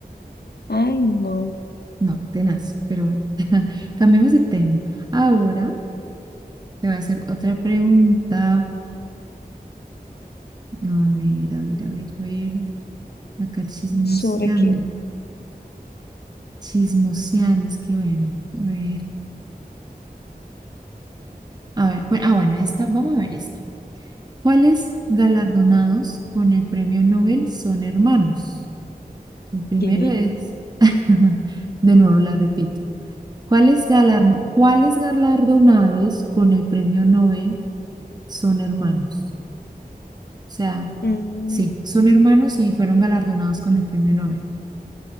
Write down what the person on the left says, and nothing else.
ay, no.
¿Sobre qué?
¿Qué?
Mm,